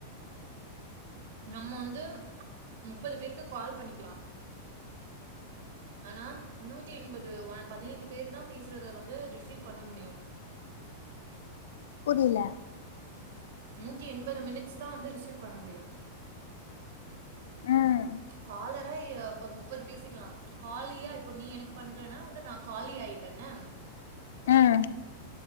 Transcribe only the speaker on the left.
புரில
ம்
ம்